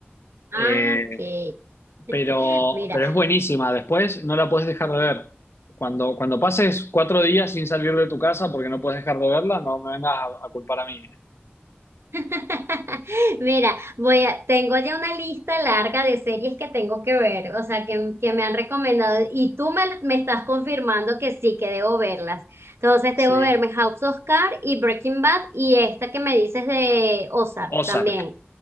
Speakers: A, on the left (about 85°); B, on the right (about 85°).
A: Eh,
B: Ah, ok. <laughs>
A: pero,
B: Mira,
A: pero es buenísima. Después no la puedes dejar de ver. Cuando, cuando pases cuatro días sin salir de tu casa porque no puedes dejar de verla, no me vengas a, a culpar a mí, ¿eh?
B: <laughs> Mira, voy a, tengo ya una lista larga de series que tengo que ver, o sea, que, que me han recomendado y tú me, me estás confirmando que sí, que debo verlas. Entonces,
A: Sí.
B: debo verme House of Cards y Breaking Bad y esta que me dices de Ozark
A: Ozark.
B: también.